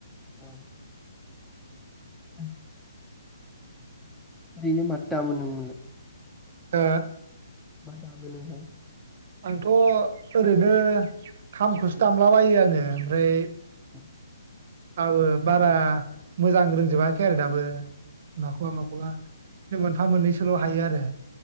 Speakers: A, in the centre; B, on the right.
A: औ। <inaudible> <unintelligible>
B: ओ।
A: मा‌ दामो नोथां?
B: आंथ' ओरैनो खामखौसो दामलाबायो आङो ओमफ्राय
A: <inaudible>
B: आबो बारा मोजां रोंजोबाखै आरो दाबो। माखबा माखबा। नों मोनफा मोननैसोल हायो आरो।